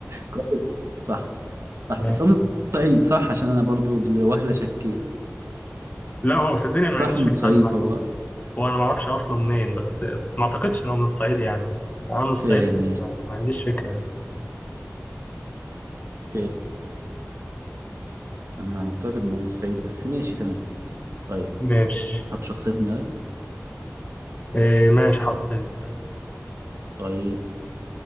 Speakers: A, on the right; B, on the left.
A: كويس صح صح
B: يعني.
A: بس هو من الصعيد صح عشان انا برضو لوهلة شكيت
B: <laughs> لا هو صدقني انا ما
A: صح
B: عنديش
A: من
B: فكرة
A: الصعيد
B: عن المعنى.
A: هو
B: هو انا ما اعرفش اصله منين بس ما اعتقدش ان هو من الصعيد يعني انا من الصعيد
A: اوكي ماشي
B: ما ما عنديش فكرة يعني.
A: اوكي انا اعتقد انه من الصعيد بس ماشي تمام طيب
B: ماشي
A: حط شخصية في دماغك
B: إيه ماشي حطيت
A: طيب